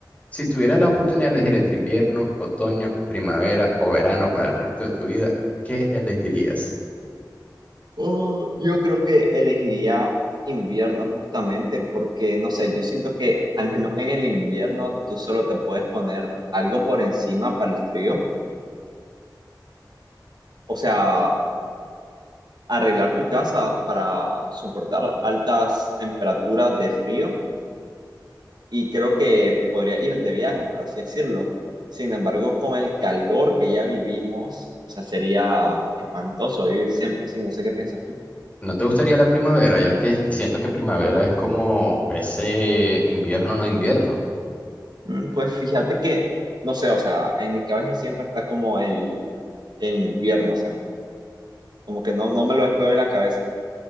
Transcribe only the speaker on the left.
si tuvieras la oportunidad de elegir entre invierno, otoño, primavera o verano para el resto de tu vida, ¿qué elegirías?
¿No te gustaría la primavera, ya que siento que primavera es como ese invierno no invierno?